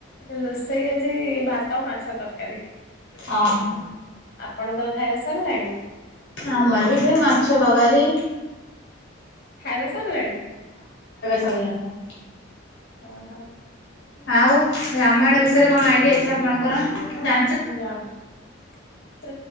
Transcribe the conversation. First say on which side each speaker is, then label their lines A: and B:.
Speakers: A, on the left; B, on the left.
A: ରୋଷେଇ ଆଜି ଭାତ ମାଛ ତରକାରୀ।
B: ଅ ହଁ।
A: ଆପଣଙ୍କର ଖାଇବା ସରିଲାଣି?
B: ଆମର ବି ସେଇ ମାଛ ତକାରୀ
A: ଖାଇବା ସାରିଲାଣି
B: ସଇଲାଣି ମୋର।
A: ଅ ହଁ।
B: ଆଉ ରାମାୟଣ ବିଷୟରେ କଣ ଆଇଡିଆ ଅଛି ଆପଣଙ୍କର ଜା
A: ରାମ